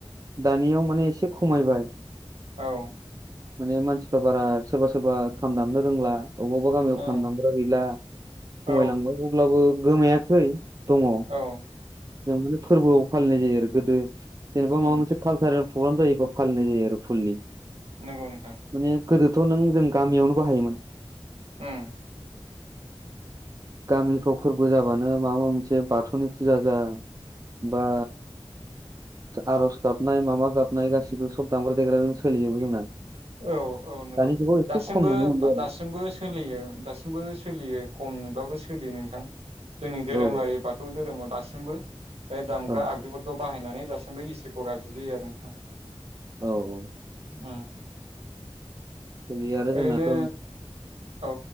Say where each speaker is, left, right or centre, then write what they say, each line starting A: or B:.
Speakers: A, on the right; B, on the right.
A: दानियाव माने एसे एसे खमायबाय
B: औ
A: माने मानसिफ्रा बारा सोरबा सोरबा खाम दामनो रोंला अबेबा अबेबा गामियाव
B: उम
A: खाम दामग्रा गैला खमायलांबांय
B: औ
A: अब्लाबो गोमायाखै दङ
B: औ
A: <unintelligible> फोरबोआव फालिनाय जायो आरो गोदो जेनेबा
B: उम
A: माबा मोनसे कालसारेल प्रग्राम जायोबा फालिनाय जायो आरो फलि
B: नंगौ नोंथां
A: माने गोदोथ' नों जों गामियावनो बाहायोमोन
B: उम
A: गामिफ्राव फोरबो जाबानो माबा माबा मोनसे बाथौनि फुजा जा बा आर'ज गाबनाय माबा गाबनाय गासिबो सब दामग्रा देग्राजों सोलिजोबो जोंना
B: औ औ नंगौ
A: दानि जुगाव एसे
B: दासिमबो
A: खम नुनो मोनबाय आरो
B: दासिमबो सोलियो दासिमबो सोलियो खमैबाबो सोलियो नों थां जोंनि धोरोमारि
A: औ
B: बाथौ धोरोमाव दासिम ओंबो बे दामग्रा
A: औ
B: आगजुफोरखौ बाहायनानै दासिमबो इसोरखौ गाबज्रियो आरो नोंथां
A: औ औ
B: उम
A: ओरै आरो जोंनाथ
B: ओरैनो औ